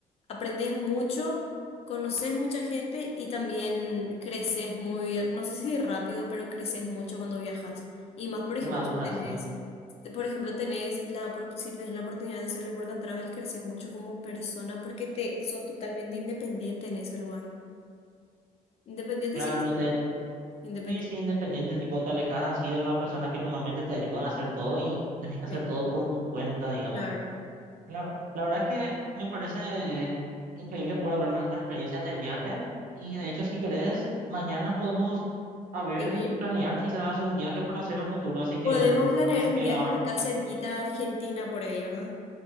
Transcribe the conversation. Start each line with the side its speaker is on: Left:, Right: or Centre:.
Left: Aprendes mucho, conoces mucha gente y también creces muy, no sé si rápido, pero creces mucho cuando viajas. Y más, por ejemplo,
Right: te maduras,
Left: si tenés
Right: sí,
Left: de- Por ejemplo, tenés la, opor- si tenés la oportunidad de hacer el work and travel, creces mucho como persona porque te sos totalmente independiente en ese lugar. Independiente,
Right: claro,
Left: sí, sí,
Right: te...
Left: independiente.
Right: Sí, sí, independiente, tipo, te alejas así de las personas que normalmente te ayudan a hacer todo y tenés que hacer
Left: Sí,
Right: todo por tu cuenta, digamos.
Left: claro.
Right: La, la verdad que me parece increíble poder hablar de nuestras experiencias de viaje y de hecho si querés, mañana podemos a ver
Left: Seguir.
Right: y planear quizás un viaje para hacer a futuro, así que,
Left: Podemos planear
Right: así
Left: un
Right: que
Left: viaje
Right: ahora,
Left: de acá cerquita a Argentina por ahí, ¿verdad?